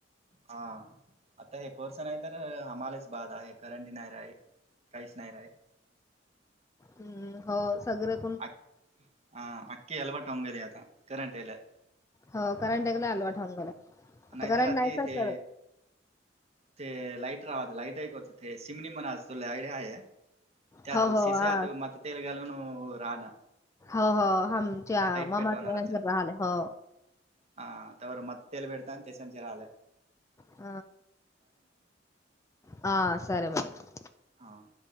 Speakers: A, on the right; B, on the left.
A: हा आता हे कोर्स नाय तर हामलाच बाद आहे करंडी नाही राय काहीच नाही राये
B: हम्म हो सगरच
A: आं ह आंकीं अलवट अंगेल आता करंटेले
B: हो करंट एकला अलवाटवून गेला आता
A: नाहीतर
B: करंट
A: आधी
B: नायतच
A: ते ते लाईट राव्हात लाईट ऐक होत ते शिमणी म्हणा तुला आडिया हाया? त्यातू
B: हो हो
A: सिसे्यात
B: हा
A: मत तेल घालून राहनं
B: हो हो हामच्या ममा
A: पेटवणार
B: ते
A: रचना
B: राले हो
A: हा तवर मत् तेल बेडताान तेसचीिरा आलेय
B: ह ह सरे मरेड
A: हाव